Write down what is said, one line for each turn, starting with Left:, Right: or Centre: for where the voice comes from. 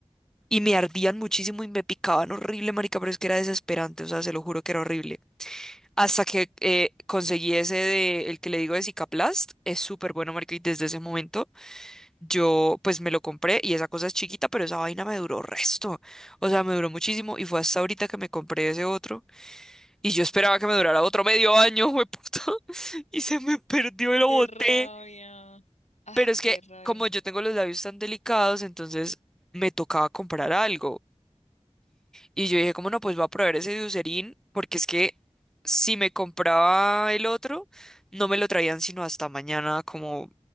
Centre: Y me ardían muchísimo y me picaban horrible, marica, pero es que era desesperante. O sea, se lo juro que era horrible. Hasta que eh, conseguí ese de, el que le digo de Cicaplast, es súper bueno, marica, y desde ese momento yo pues me lo compré y esa cosa es chiquita, pero esa vaina me duró resto. O sea, me duró muchísimo y fue hasta ahorita que me compré ese otro y yo esperaba que me durara otro medio año, puta, <laughs> y se me perdió
Left: Qué
Centre: y lo boté.
Left: rabia. Ah,
Centre: Pero es
Left: qué
Centre: que
Left: rabia.
Centre: como yo tengo los labios tan delicados, entonces me tocaba comprar algo. Y yo dije, como no, pues voy a probar ese de Eucerin, porque es que si me compraba el otro, no me lo traían sino hasta mañana como,